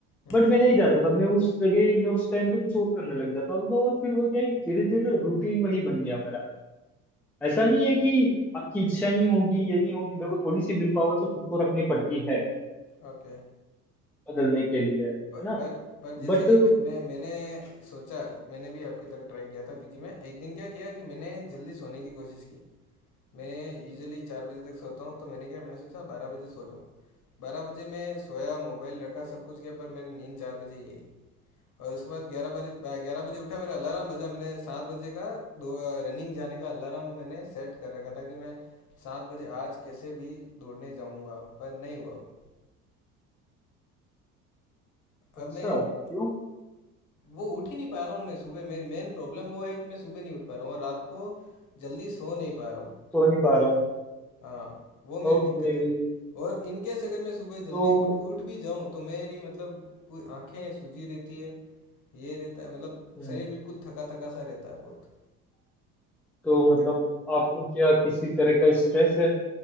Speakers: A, on the left; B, in the centre.
A: हम्म
B: बट मैं नहीं जाता था मैं उस जगह मैं उस टाइम पे कुछ और करने लग जाता था और फिर वो क्या है धीरे धीरे रूटीन वही बन गया मेरा ऐसा नहीं है कि आपकी इच्छा नहीं होगी ये नहीं होगी देखो थोड़ी सी विल पावर तो खुद को रखनी पड़ती है
A: ओके
B: बदलने के लिए है
A: पर
B: ना
A: पर पर जैसे
B: बट
A: कि मैं, मैं मैंने सोचा मैंने भी आपकी तरह ट्राई किया था पीजी में एक दिन क्या किया कि मैंने जल्दी सोने की कोशिश की मैं यूजुअली चार बजे तक सोता हूँ तो मैंने क्या मैंने सोचा बारह बजे सो जाऊँ बारह बजे मैं सोया मोबाइल रखा सब कुछ किया पर मेरी नींद चार बजे ही आई और उसके बाद ग्यारह बजे ग्यारह बजे उठा मेरा अलार्म बजा मैंने सात बजे का दो रनिंग जाने का अलार्म मैंने सेट कर रखा था कि मैं सात बजे आज कैसे भी दौड़ने जाऊँगा पर नहीं हुआ वो
B: अच्छा
A: अब मैं
B: क्यों
A: वो उठ ही नहीं पा रहा हूँ मैं सुबह मेरी मेन प्रॉब्लम वो है कि मैं सुबह नहीं उठ पा रहा हूँ और रात को जल्दी सो नहीं पा रहा हूँ
B: तो नहीं पा रहा हूँ
A: हाँ वो मेरी
B: ओके
A: दिक्कत है और इन केस अगर मैं सुबह जल्दी
B: तो
A: उठ उठ भी जाऊँ तो मेरी मतलब पूरी आंखें सूजी रहती है ये रहता है मतलब
B: हम्म,
A: शरीर बिल्कुल थका थका सा रहता है बहुत
B: तो मतलब आपको क्या किसी तरह का स्ट्रेस है